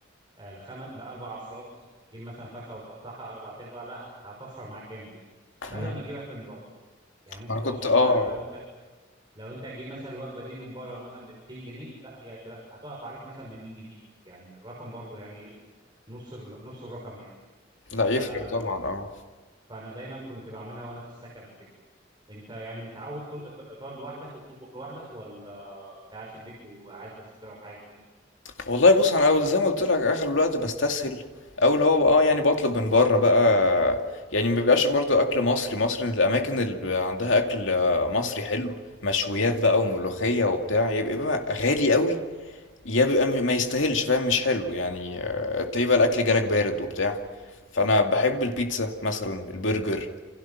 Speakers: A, on the right (about 25°); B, on the left (about 85°).
A: آه لخم... لأربع أفراد تجيب مثلا فرخة وتقطعها أربع أرباع لا هت... هتوفر معاك جامد يعني بدل
B: مم.
A: ما تجيب أكل من بره يعني ممكن
B: ما انا
A: توفر
B: كنت اه
A: معاك لو انت لو انت هتجيب مثلا الوجبة دي من بره مثلا ب 200 جنيه لا هي هتبقى هتقف عليك مثلا ب 200 جنيه يعني رقم برضه يعني ايه نص ال... نص الرقم يعني
B: لا
A: آه،
B: يفرق طبعا اه
A: فانا دايما كنت بعملها وانا في السكن وكده انت يعني متعود تل- ت- تقعد لوحدك وبتطبخ لوحدك ولا انت قاعد في البيت وعايز بس تجرب حاجه جديده
B: والله بص انا أول- زي ما قلت لك اغلب الوقت بستسهل او اللي هو اه يعني بطلب من بره بقى يعني ما بيبقاش برضه اكل مصري مصر الاماكن اللي بيبقى عندها اكل آه، مصري حلو مشويات بقى وملوخية وبتاع يبقى بقى غالي قوي يا بيبقى م- ما يستاهلش فاهم مش حلو يعني آه، تلاقيه بقى الاكل جالك بارد وبتاع فانا بحب البيتزا مثلا البرجر